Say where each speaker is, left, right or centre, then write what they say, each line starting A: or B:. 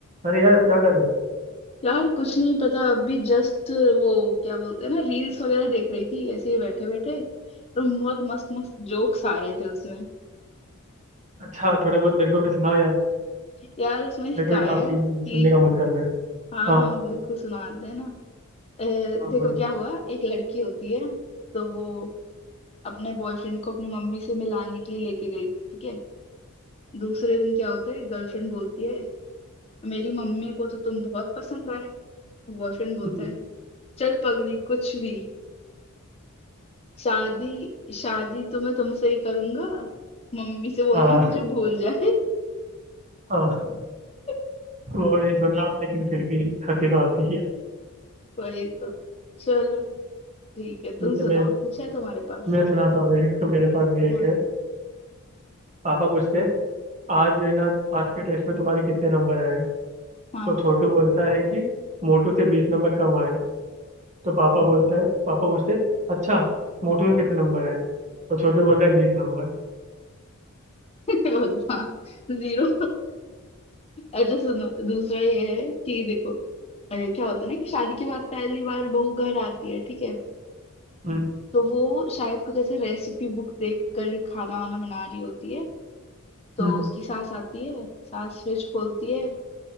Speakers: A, on the right; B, on the left.
A: अरे यार क्या कर रहे हो
B: यार कुछ नहीं पता अभी जस्ट वो क्या बोलते हैं ना रील्स वगैरह देख रही थी ऐसे ही बैठे बैठे तो बहुत मस्त मस्त जोक्स आ रहे थे उसमें
A: अच्छा थोड़ा बहुत मेरे को भी सुनाओ यार
B: यार उसमें हिकाया
A: मेरे को भी काफी
B: कि
A: सुनने का मन कर रहा है
B: हाँ
A: हाँ
B: हाँ बिल्कुल सुनाते हैं ना अ,
A: हाँ
B: देखो
A: बोलिए
B: क्या हुआ एक लड़की होती है तो वो अपने बॉयफ्रेंड को अपनी मम्मी से मिलाने के लिए लेके गई ठीक है दूसरे दिन क्या होता है गर्लफ्रेंड बोलती है मेरी मम्मी को तो तुम बहुत पसंद आए बॉयफ्रेंड बोलता
A: हम्म,
B: है चल पगली कुछ भी शादी शादी तो मैं तुमसे ही करूंगा मम्मी से बोलना
A: हाँ
B: मुझे भूल जाए
A: हाँ
B: <laughs>
A: वो ही सुना लेकिन फिर भी हंसी तो आती ही है
B: वही तो चलो ठीक है तुम
A: ठीक
B: सुनाओ
A: है मैं
B: कुछ है तुम्हारे पास
A: मैं सुनाता हूँ एक मेरे पास भी एक
B: हाँ
A: है पापा पूछते हैं आज जो है ना आज के टेस्ट में तुम्हारे कितने नंबर आए हैं?"
B: हाँ
A: तो छोटू बोलता है कि मोटू से बीस नंबर कम आए तो पापा बोलता है पापा पूछते हैं अच्छा मोटू के कितने नंबर आए तो छोटू बोलता है बीस नंबर
B: <laughs> भगवान जीरो अच्छा सुनो दूसरा ये है कि देखो अरे क्या होता है ना कि शादी के बाद पहली बार बहू घर आती है ठीक है
A: हम्म
B: तो वो शायद कुछ ऐसे रेसिपी बुक देख कर खाना वाना बना रही होती है तो
A: हम्म
B: उसकी सास आती है सास फ्रिज खोलती है